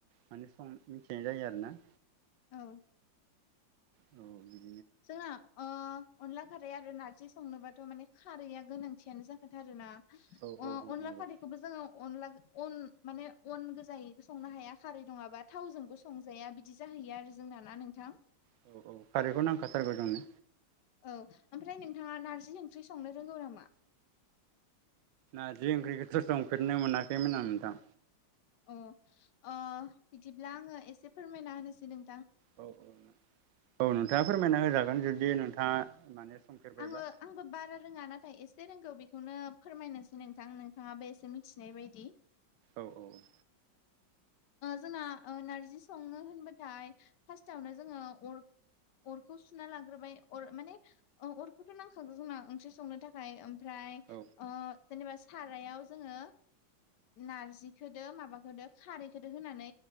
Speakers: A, on the right; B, on the left.
A: माने सम मिथिनाय जायो आरोना
B: औ
A: औ बि
B: जोंना अनला खारै आरो <unintelligible> <unintelligible> संनोबाथ' माने खारैआ गोनांथियानो जाखाथारो ना
A: औ औ
B: अनला
A: औ नंगौ
B: खारैखौबो जोङो अनला अन माने अन गोजायै संनो हाया खारै नङाबा थावजोंबो संजाया बिदि <unintelligible> <unintelligible> आरो जोंना ना नोंथां
A: <unintelligible> खारैखौ <unintelligible> जोंनो
B: औ ओमफ्राय नोंथाङा नारजि ओंख्रि संनो रोंगौ नामा
A: नारजि ओंख्रिखौथ' संफेरनो मोनाखैमोन आं नोंथां
B: <unintelligible> अ बिदिब्ला आङो एसे फोरमायना होनोसै नों
A: <unintelligible> औ नोंथाङा फोरमायना होजागोन जुदि नोंथाङा माने संफेरबायबा
B: आङो आंबो बारा रोङा नाथाय एसे रोंगौ बेखौ बेखौनो फोरमायनोसै नोंथां नोंथाङाबो एसे मिथिनाय बायदि -
A: औ औ।
B: जोंना नारजि संनो होनबाथाय फार्स्टावनो जोङो अर अरखौ सुना लाग्रोबाय अर माने अरखौथ' नांखागौ जोंना ओंख्रि संनो थाखाय <unintelligible>
A: औ
B: अ जेनेबा सारायाव जोङो नारजिखौदो माबाखोदो खारैखोदो होनानै